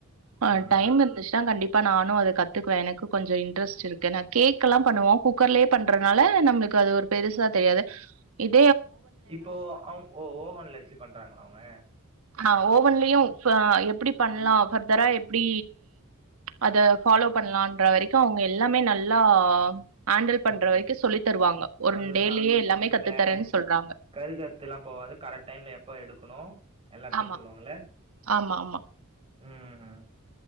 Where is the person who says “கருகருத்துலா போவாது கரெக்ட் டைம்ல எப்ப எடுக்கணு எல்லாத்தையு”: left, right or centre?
Right